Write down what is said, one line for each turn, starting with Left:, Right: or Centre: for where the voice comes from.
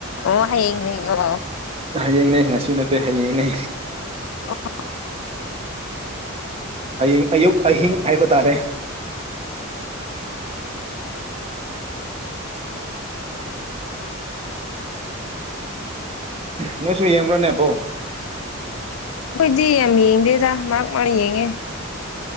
Left: ꯑꯣ ꯍꯌꯦꯡ ꯍꯌꯦꯡ ꯑꯣ
Right: ꯍꯌꯦꯡꯅꯦ ꯉꯁꯤ ꯅꯠꯇꯦ ꯍꯌꯦꯡꯅꯦ
Left: ꯑ
Right: ꯑꯌꯤꯡ ꯑꯌꯨꯛ ꯑꯍꯤꯡ ꯍꯥꯏꯕ ꯇꯥꯔꯦ ꯅꯣꯏ ꯁ ꯌꯦꯡꯕ꯭ꯔꯅꯦꯄꯣ
Left: ꯗꯤ ꯌꯥꯝ ꯌꯦꯡꯗꯦꯗ ꯃꯥ ꯃꯥꯅ ꯌꯦꯡꯉꯦ